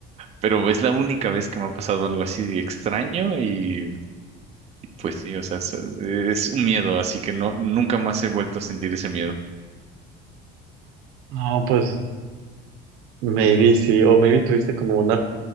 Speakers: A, on the right; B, on the right.
A: pero es la única vez que me ha pasado algo así de extraño y pues sí, o sea, so- es un miedo, así que no, nunca más he vuelto a sentir ese miedo.
B: no, pues, maybe sí, o maybe tuviste como una